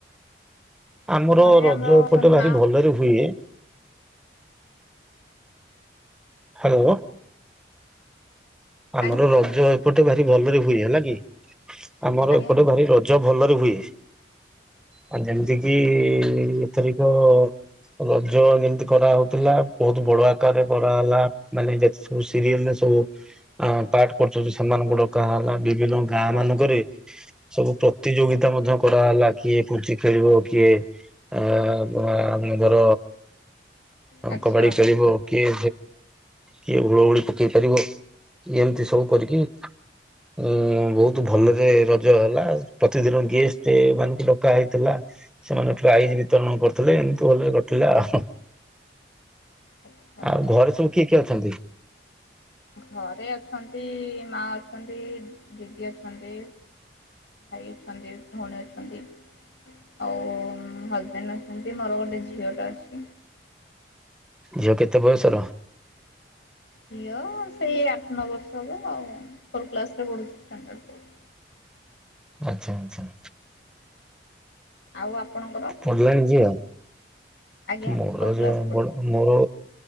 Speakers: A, in the centre; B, on the left.
A: ଆମର
B: ଘରେ
A: ରଜ
B: ଆମର
A: ଏପଟେ
B: ଅଛନ୍ତି
A: ଭାରି
B: ମା
A: ଭଲରେ ହୁଏ ହାଲୋ। ଆମର
B: ଆଜ୍ଞା କୁହନ୍ତୁ
A: ରଜ ଏପଟେ ଭାରି ଭଲରେ ହୁଏ ହେଲା କି? ଆମର
B: ଆଜ୍ଞା
A: ଏପଟେ ଭାରି ରଜ ଭଲରେ ହୁଏ। ଆଉ ଯେମତି କିି ଏଥରିକ ରଜ ଏମିତି କରାହଉଥିଲା, ବହୁତ ବଳୁଆ କରେ ପରା ହେଲା ମାନେ ଯେତେ ସବୁ ସିରିଏଲ୍ ରେ ସବୁ ଅ ପାଠ ପଢୁଛନ୍ତି ସେମାନଙ୍କୁ ଡକା ହେଲା, ବିଭିନ୍ନ ଗାଁ ମାନଙ୍କରେ ସବୁ ପ୍ରତିଯୋଗିତା ମଧ୍ୟ କରା ହେଲା। କିଏ ପୁଞ୍ଚି ଖେଳିବ, କିଏ ଆ ବା ଆମ ଧର
B: ଆଚ୍ଛା।
A: କବାଡି ଖେଳିବ କିଏ କିଏ ହୁଳହୁଳି ପକେଇ ପାରିବ, ଏମିତି ସବୁ କରିକି ଉଁ ବହୁତ ଭଲରେ ରଜ ହେଲା। ପ୍ରତିଦିନ ଗେଷ୍ଟେ ମାନଙ୍କୁ ଡକା ପକା ହେଇଥିଲା, ସେମାନେ ପ୍ରାଇଜ ବିତରଣ କରୁଥିଲେ, ଏମତି ଭଲରେ କଟିଲା ଆଉ ହୁଁ।
B: ଆଚ୍ଛା
A: ଆଉ ଘରେ ସବୁ କିଏ କିଏ ଅଛନ୍ତି?
B: ଘରେ ଅଛନ୍ତି, ମା ଅଛନ୍ତି, ଦିଦି ଅଛନ୍ତି ଭାଇ ଅଛନ୍ତି, ଭଉଣୀ ଅଛନ୍ତି ଆଉ ହଜବ୍ୟାଣ୍ଡ ଅଛନ୍ତି, ମୋର ଗୋଟେ ଝିଅ ଟା ଅଛି।
A: ଝିଅ କେତେ ବୟସର?
B: ଝିଅ ସେଇ ଆଠ ନଅ ବର୍ଷ ହବ ଆଉ ଫୋର୍ କ୍ଲାସ୍ ରେ ପଢୁଛି ଷ୍ଟାଣ୍ଡାର୍ଡ ଫୋର୍। ହ
A: ଆଚ୍ଛା ଆଚ୍ଛା।
B: ଆଉ ଆପଣଙ୍କର?
A: ପଢିଲାଣି ଝିଅ?
B: ଆଜ୍ଞା
A: ମୋର
B: ଫୋର୍ କ୍ଲାସ୍
A: ଯୋଉ
B: ପଢ଼ୁଛି।
A: ମୋ-ମୋର